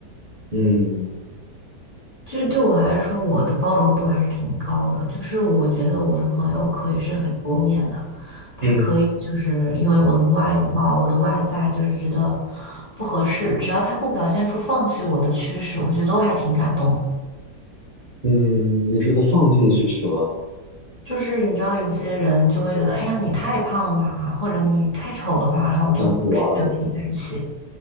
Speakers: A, on the right; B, on the left.
A: 嗯
B: 其实对我来说，我的包容度还是挺高的。就是我觉得我的朋友可以是很多面的，他可以就是因为我的外貌、
A: 嗯
B: 我的外在，就是觉得不合适，只要他不表现出放弃我的趋势，我觉得都还挺感动的。
A: 嗯，你说的放弃是指什么？
B: 就是你知道，有些人就会觉得，哎呀，你太胖了吧，或者你太丑了吧，然后就拒绝跟你在一起，
A: 想这么玩儿了。